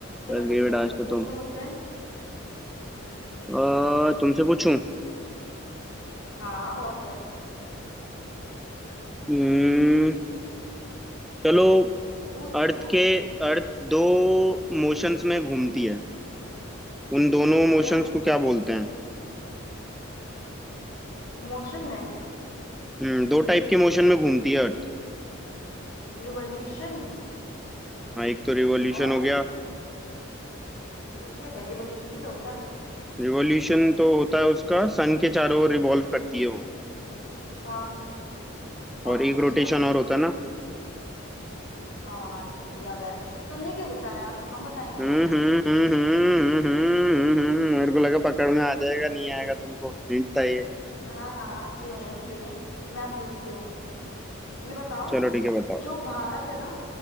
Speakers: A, on the left (about 80°); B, in the centre.
A: चलो
B: बस गई
A: ठीक
B: बेटा
A: है
B: आज तो
A: पूछो
B: तुम
A: मुझसे
B: आ, तुमसे पूछूं
A: हाँ और क्या
B: हम्म चलो
A: पूछो
B: अर्थ के अर्थ दो मोशंस में घूमती है उन दोनों
A: ठीक
B: मोशंस
A: है
B: को क्या बोलते हैं
A: मोशन में
B: हम्म दो टाइप के मोशन में घूमती है अर्थ
A: रिवॉल्यूशन
B: हाँ एक तो रिवॉल्यूशन
A: और
B: हो गया
A: दूसरा क्या रिवॉल्यूशन ही तो होता है
B: रिवॉल्यूशन तो होता है उसका सन के चारों ओर रिवॉल्व करती है वो
A: हाँ और
B: और एक
A: दूसरा
B: रोटेशन और होता है ना
A: हाँ याद आया तुमने क्यों बताया हम बताएंगे
B: हम्म
A: ना
B: हम्म हम्म हम्म हम्म हम्म, हम्म, हम्म, मेरे को लगा पकड़ में आ जाएगा नहीं आएगा तुमको हिंट था ये
A: हाँ हाँ क्यों नहीं क्यों नहीं मैं पूछती हूँ ये बताओ
B: चलो ठीक है बताओ
A: जो भारत है ना